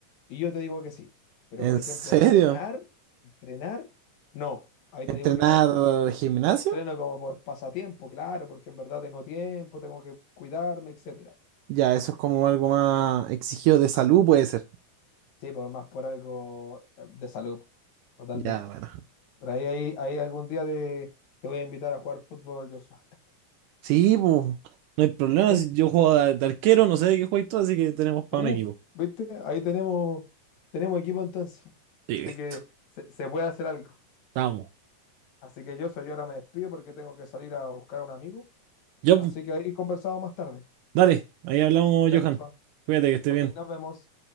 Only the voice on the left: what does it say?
y yo te digo que sí. Pero,
por ejemplo,
entrenar, entrenar, no. Ahí
te digo que no al tiro.
Lo entreno como por pasatiempo, claro, porque en verdad tengo tiempo, tengo que cuidarme, etcétera.
Sí, pues más por algo eh, de salud, totalmente.
Por ahí, ahí, ahí algún día de- te voy a invitar a jugar fútbol, Joshua.
¿Viste?
Uf,
¿viste? Ahí tenemos, tenemos equipo entonces.
Así
que se, se puede hacer algo.
Así que Joshua, yo ahora me despido porque tengo que salir a buscar a un amigo.
Así
que ahí conversamos más tarde.
Ya,
Joshua.
Ok,
nos vemos.